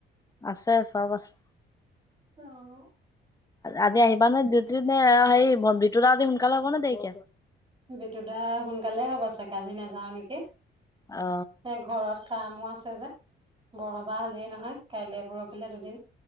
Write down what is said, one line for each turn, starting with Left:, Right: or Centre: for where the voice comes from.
Left: আছে চব আছে।
Right: অ'।
Left: আজি আহিবা নে ডিউটিত নে হে বি <unintelligible> লা আ সোনকালে হ'ব নে দেৰিকে।
Right: বিতু দা সোনকালে হ'ব চাগে আজি নাযাওঁ নেকি
Left: অ
Right: এ ঘৰত। কামো আছে যে বৰসবাহ হ'লেই নহয় কাইলে পৰহিলে দুদিন